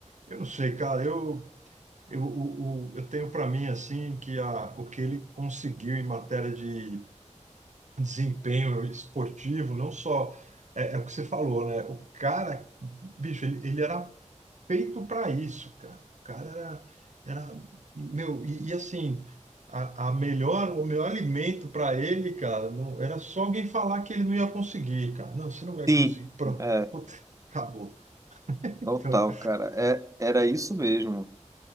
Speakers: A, on the right; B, on the right.
A: eu não sei, cara. Eu, eu, o- o- eu tenho para mim assim que a, o que ele conseguiu em matéria de desempenho esportivo, não só é, é o que você falou, né? O cara, bicho, ele, ele era feito para isso, cara. O cara era, era meu e, e, assim a, a melhor o melhor alimento para ele, cara, não era só alguém falar que ele não ia conseguir, cara. Não, você não vai
B: Sim,
A: conseguir. Pronto,
B: é,
A: <laughs> acabou. Então
B: total, cara. É, era isso mesmo.